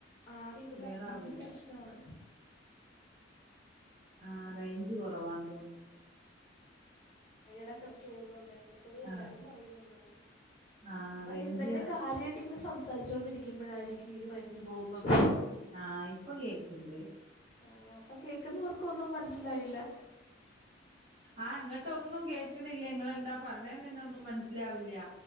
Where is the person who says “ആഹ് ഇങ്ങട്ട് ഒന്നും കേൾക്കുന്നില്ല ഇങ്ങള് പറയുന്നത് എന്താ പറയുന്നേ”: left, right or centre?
Right